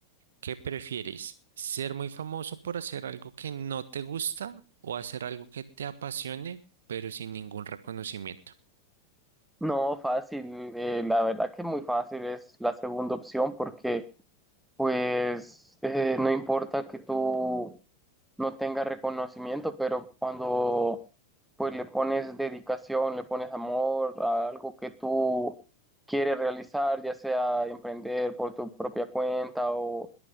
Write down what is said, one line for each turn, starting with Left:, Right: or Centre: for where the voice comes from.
Right: ¿Qué prefieres? ¿Ser muy famoso por hacer algo que no te gusta o hacer algo que te apasione, pero sin ningún reconocimiento?
Centre: No, fácil, eh, la verdad que muy fácil es la segunda opción porque pues eh, no importa que tú no tenga reconocimiento, pero cuando pues le pones dedicación, le pones amor a algo que tú quieres realizar, ya sea emprender por tu propia cuenta o